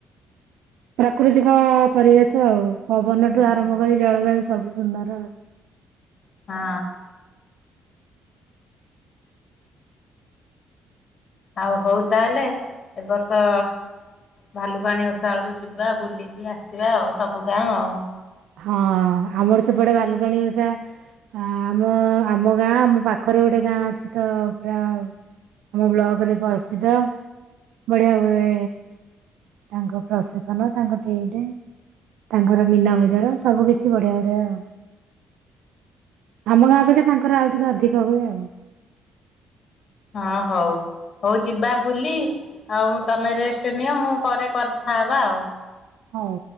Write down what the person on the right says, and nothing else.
ପ୍ରାକୃତିକ ପରିବେଶ ଆଉ ପବନଠୁ
ଆରମ୍ଭ କରି ଜଳବାୟୁ ସବୁ ସୁନ୍ଦର ଆଉ।
ହଁ ଆମର ସେପଟେ ଭାଲୁକାଣୀ ଓଷା ଆ ଆମ ଆମ ଗାଁ ଆମ ପାଖରେ ଗୋଟେ ଗାଁ ଅଛି ତ ପୁରା ଆମ ବ୍ଲକରେ ପ୍ରସିଦ୍ଧ ବଢ଼ିଆ ହୁଏ। ତାଙ୍କ ପ୍ରସେସନ ତାଙ୍କ ଟେଣ୍ଟ ତାଙ୍କର ମୀନାବଜା ର ସବୁ କିଛି ବଢିଆ ବଢିଆ ଆଉ। ଆମ ଗାଁ ଅପେକ୍ଷା ତାଙ୍କର ଆଉ ଟିକେ ଅଧିକ ହୁଏ ଆଉ।
ହଉ।